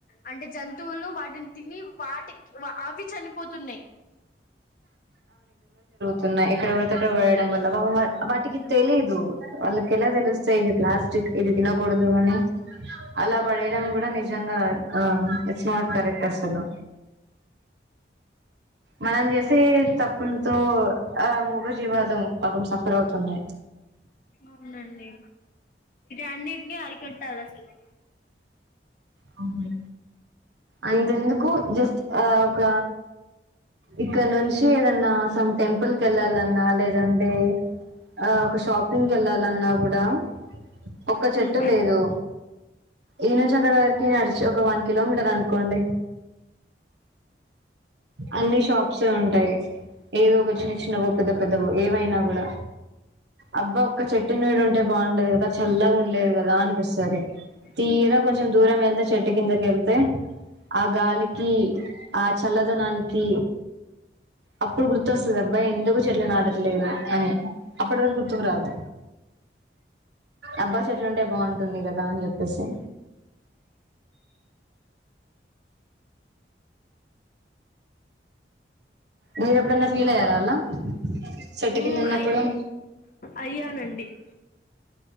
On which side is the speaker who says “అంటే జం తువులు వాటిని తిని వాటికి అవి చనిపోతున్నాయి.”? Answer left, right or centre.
Left